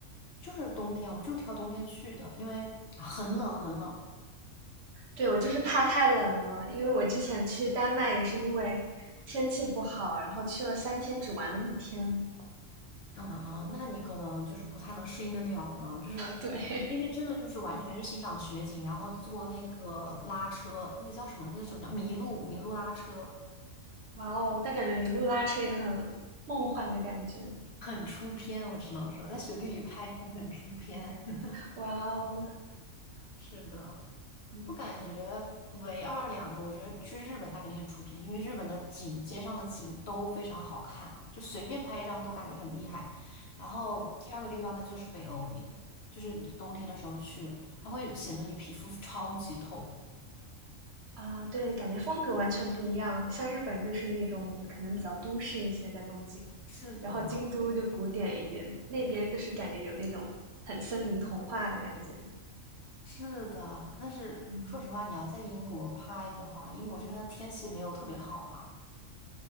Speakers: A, on the left (about 60°); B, on the right (about 60°).
A: 就是冬天，我们就挑冬天去的，因为啊很冷很冷。
B: 对，我就是怕太冷了，因为我之前去丹麦也是因为天气不好，然后去了三天，只玩了一天。
A: 啊，那你可能就是不太能适应得了呢，就是
B: 对，<laughs>
A: 那边真的就是完全是欣赏雪景，然后坐那个拉车，那个叫什么？那个什么叫麋鹿？麋鹿拉车
B: 哇哦，但感觉麋鹿拉车也很梦幻的感觉。
A: 很出片，我只能说在雪地里拍真的很出片。<laughs>
B: 哇哦，
A: 是的，
B: 嗯
A: 我感觉唯二两个，我觉得去日本它肯定很出片，因为日本的景，街上的景都非常好看，就随便拍一张都感觉很厉害。然后第二个地方呢，就是北欧那边，就是你冬天的时候去，它会显得你皮肤超级透。
B: 啊，对，感觉风格完全不一样。像日本就是那种可能比较都市一些，在东京，
A: 是的，
B: 然后京都就古典一点，那边就是感觉有那种很森林童话的感觉。
A: 是的，但是说实话，
B: 嗯，
A: 你要在英国拍的话，英国这边的天气没有特别好嘛，